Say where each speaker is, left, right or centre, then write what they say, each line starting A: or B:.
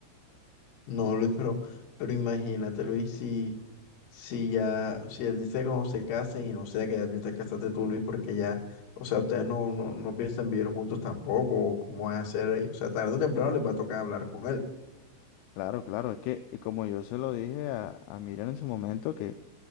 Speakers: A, on the left (about 70°); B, on the left (about 85°).
A: no, Luis, pero, pero imagínate, Luis, si, si ya, si él dice cómo se casen y no sea que ya piensas casarte tú, Luis, porque ya, o sea, ustedes no, no, no piensan vivir juntos tampoco, o cómo van a hacer ahí, o sea, tarde o temprano les va a tocar hablar con él.
B: Claro, claro, es que eh, como yo se lo dije a, a Miriam en su momento, que